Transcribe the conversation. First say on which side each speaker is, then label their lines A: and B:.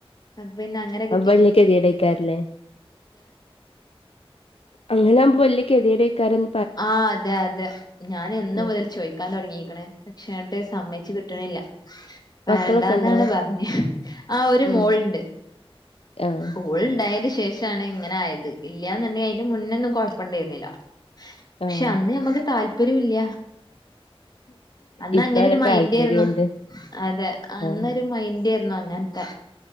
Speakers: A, on the left (about 40°); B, on the left (about 75°).
A: ആഹ് പിന്നെ അങ്ങനെ കിട്ടി
B: അപ്പൊ വല്യ ഗതികേട് കാരംല്ലേ അങ്ങനാവുമ്പൊ വല്ല്യ കെത്യേടയ്ക്കാരം
A: ആഹ് അതെ അതെ ഞാനെന്ന്
B: ഉം
A: മുതൽ ചോയ്ക്കാൻ തൊടങ്ങീക്ക്‌ണ്- പക്ഷെങ്ങട്ട് സമ്മയ്ച്ച് കിട്ട്ണില്ല. വേണ്ടന്നാണ്
B: മക്കളൊക്കെ ഉണ്ടാവും?
A: പർഞ്ഞ് ആഹ് ഒര്
B: ഉം
A: മോള്ണ്ട്.
B: ആഹ്
A: ഓള്ണ്ടായേൻ്റെ ശേഷാണ് ഇങ്ങനായത് ഇല്ല്യാന്ന്ണ്ടെങ്കി അയ്ന്റെ മുന്നൊന്നും കൊയ്പ്പണ്ടായ്ന്നീല്ല പക്ഷെ
B: ആഹ്
A: അന്ന് നമ്മക്ക് താല്പര്യൂല്ല അന്നങ്ങനൊരു
B: ഇപ്പാണ്
A: മൈൻഡേര്ന്നു
B: താല്പര്യണ്ട്.
A: അതെ അന്നൊരു
B: ആഹ്
A: മൈൻഡേര് ന്നു അങ്ങൻത്തെ